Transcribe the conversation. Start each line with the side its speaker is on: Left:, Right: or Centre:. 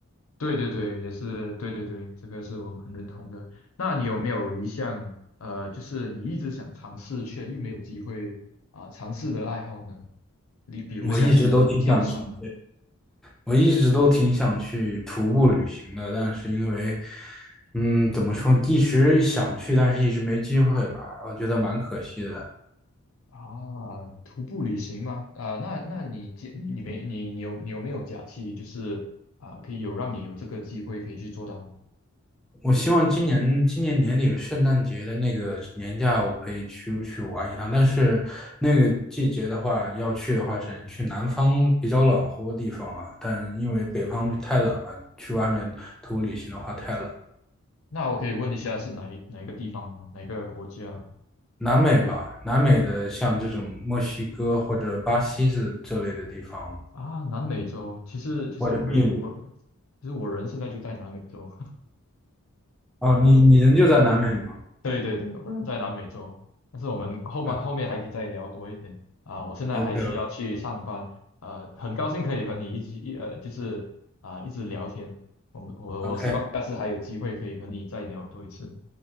Left: 对对对，也是对对对，这个是我们很认同的。那你有没有一项呃，就是你一直想尝试却又没有机会啊、尝试的爱好呢？你比如像是跳伞啊，
Centre: 我一直都挺想去。我一直都挺想去徒步旅行的，但是因为，嗯，怎么说，一直想去，但是一直没机会吧，我觉得蛮可惜的。
Left: 啊，徒步旅行吗？啊，那那你假你你没你你有你有没有假期，就是啊，可以有让你有这个机会可以去做到呢
Centre: 我希望今年今年年底的圣诞节的那个年假，我可以去去玩一趟。但是那个季节的话，要去的话，只能去南方比较暖和的地方了。但因为北方太冷了，去外面徒步旅行的话太冷。
Left: 那我可以问一下是哪一哪一个地方吗？哪个国家
Centre: 南美吧，南美的像这种墨西哥或者巴西这这类的地方。
Left: 啊？南美洲，其实其实我人我
Centre: 我的秘鲁。
Left: 其实我人现在就在南美洲。
Centre: 哦，你你人就在南美吗？
Left: 对对对，我人在南美洲，但是我们后面后面还可以再聊多一点啊、
Centre: 嗯
Left: 我现在还需要去上班，
Centre: ，OK
Left: 呃，很高兴可以和你一起一呃，就是啊、一直聊天。我们我我希望下次还有机会可以和你再聊多一次。
Centre: OK，